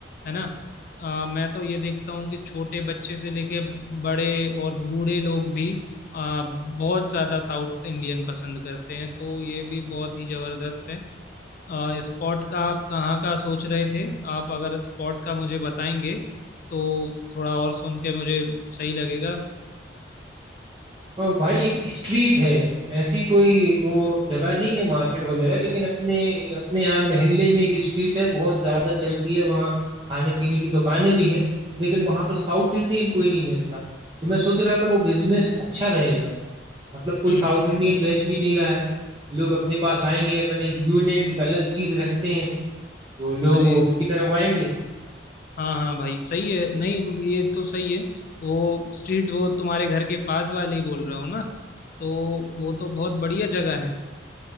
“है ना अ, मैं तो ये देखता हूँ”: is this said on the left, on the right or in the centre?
Left